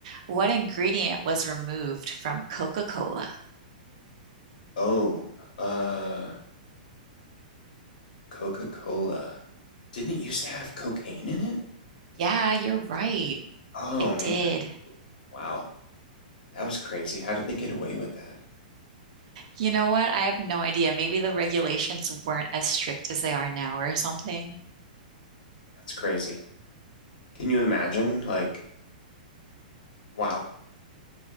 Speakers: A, on the right; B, on the left.
A: what ingredient was removed from Coca-Cola?
B: oh, uh, Coca Cola. Didn't it used to have cocaine in it?
A: Yeah, you're right.
B: Oh
A: It
B: man,
A: did.
B: wow, that was crazy. How did they get away with that?
A: You know what? I have no idea. Maybe the regulations weren't as strict as they are now or something.
B: That's crazy. Can you imagine, like, Wow.